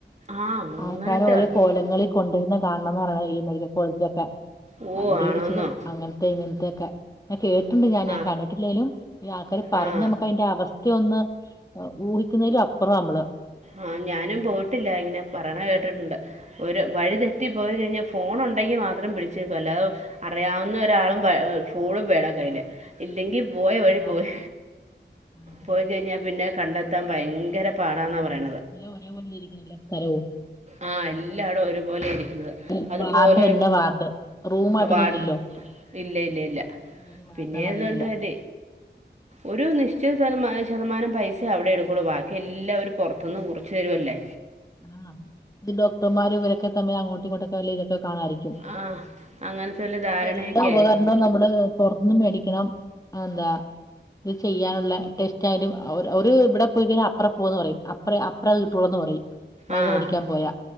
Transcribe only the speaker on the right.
ആ അങ്ങനത്തെ
അത്.
ഓ
ആണോന്നോ
ആ
ആ
ആഹ് ഞാനും പോയിട്ടില്ല ങ്ങനെ പറണ കേട്ടിട്ടുണ്ട്
ഒരു വഴിതെറ്റിപ്പോയി കഴിഞ്ഞാൽ ഫോണ ഉണ്ടെങ്കിൽ മാത്രം പിടിച്ചേൽക്കല്ലോ അല്ലാതെ അറിയാവുന്ന ഒരാളും ഫൂളും വേണം കയ്യില്
ഇല്ലെങ്കിൽ പോയ വഴി
പോയി
പോയിക്കഴിഞ്ഞാൽ പിന്നെ കണ്ടെത്ത ത്താ ഭയങ്കര പാടാന്ന പറയണ്
ആ എല്ലാ ട ഒരുപോലെ ഇടിക്കുന്നത്
അതുപോലെ
വാ
ഇല്ല ഇല്ല ഇല്ല
പിന്നെണ്ടായാൽ
ഒരു നിശ്ചിത ശതമാ ശതമാനം പൈസ അവിടെ എടുക്കളൂ ബാക്കി എല്ലാവര് പുറത്ത നിന്ന് കുറച്ച് തരുവല്ലേ
ആഹ് അങ്ങനത്തെ വല്ല ധാരണയൊക്കെ
ആയിരിക്കും
ആഹ്